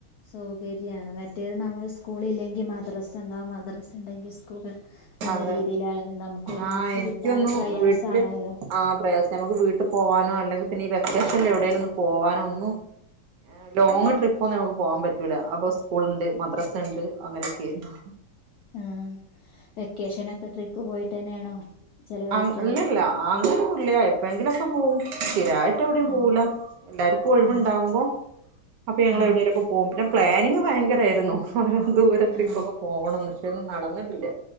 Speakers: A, on the left; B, on the right.
A: സൗകര്യാണ് മറ്റേത് നമ്മള് സ്കൂള് ഇല്ലെങ്കില് മദ്രസ്ണ്ടാവും മദ്രസ്ണ്ടെങ്കി സ്കൂള്ണ്ടാ എന്ന
B: അതെ
A: രീതിയിലാണല്ലോ നമുക്കൊരുമിച്ച്
B: ആഹ് എനിക്കൊന്നു
A: കിട്ടാറ് പ്രയാസാണല്ലോ?
B: വീട്ടില് ആഹ് പ്രയാസ നമുക്ക് വീട്ട് പോകാനോ അല്ലെങ്കി പിന്നെ ഈ വെക്കേഷൻല് എവിടേലും ഒന്ന് പോവാനോ ഒന്നും ആഹ് ലോങ് ട്രിപ്പൊന്നും നമുക്ക് പോകാൻ പറ്റൂല അപ്പൊ സ്കൂള്ണ്ട് മദ്രാസണ്ട് അങ്ങനെയെക്കേരുന്നു
A: ആഹ് വെക്കേഷനൊക്കെ ട്രിപ്പ് പോയിട്ട് തന്നെയാണോ? ചെലവഴിക്കാറ്
B: അങ്ങ ഇല്ല്യല്ല അങ്ങനൊന്നുല്ല്യ എപ്പയെങ്കിലൊക്കെ പോവും സ്ഥിരായി യിട്ട് എവിടെയും
A: ആഹ്
B: പോവൂല എല്ലാർക്കും ഒഴിവുണ്ടാവുമ്പോ
A: ആഹ്
B: അപ്പൊ ഞങ്ങള്
A: ആഹ്
B: എവിടേലൊക്കെ പോ വും പിന്നെ പ്ലാനിങ് ഭയങ്കരേയിരുന്നു ഒരു ദൂരെ ട്രിപ്പൊക്കെ
A: ആഹ്
B: പോ പോവണംന്ന് പക്ഷെ ഒന്നും നടന്നിട്ടില്ല